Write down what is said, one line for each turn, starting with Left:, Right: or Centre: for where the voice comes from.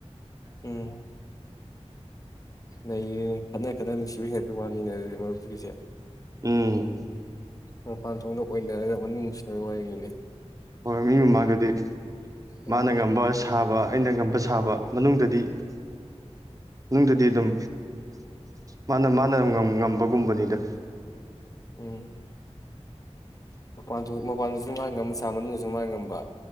Left: ꯎꯝ ꯌꯦꯏꯌꯦ ꯈꯠꯅ ꯈꯠꯅ ꯅꯨꯡꯁꯤꯕ ꯍꯦꯟꯕ ꯋꯥꯅꯦ ꯑꯗꯨꯗꯤ ꯃꯔꯨꯞꯀꯤꯁꯦ
Right: ꯎꯝ
Left: ꯃꯄꯥꯟ ꯊꯣꯡꯗ ꯑꯣꯏꯅꯔꯒ ꯃꯅꯨꯡ ꯅꯨꯡꯁꯤꯕꯒꯤ ꯋꯥꯔꯤꯅꯤꯅꯦ
Right: ꯍꯣꯏ ꯃꯤ ꯃꯃꯥꯡꯗꯗꯤ
Left: ꯎꯝ
Right: ꯃꯥꯅ ꯉꯝꯕ ꯁꯥꯕ ꯑꯩꯅ ꯉꯝꯕ ꯁꯥꯕ ꯃꯅꯨꯡꯗꯗꯤ ꯅꯨꯡꯗꯨꯗꯤ
Left: ꯎꯝ
Right: ꯑꯗꯨꯝ ꯃꯥꯅ ꯃꯥꯅ ꯉꯝꯕꯒꯨꯝꯕꯅꯤꯗ
Left: ꯎꯝ ꯃꯄꯥꯟꯁꯨ ꯃꯄꯥꯟꯗꯁꯨ ꯃꯥꯉꯝꯕ ꯁꯕ ꯃꯅꯨꯡꯗꯁꯨ ꯃꯥꯅ ꯉꯝꯕ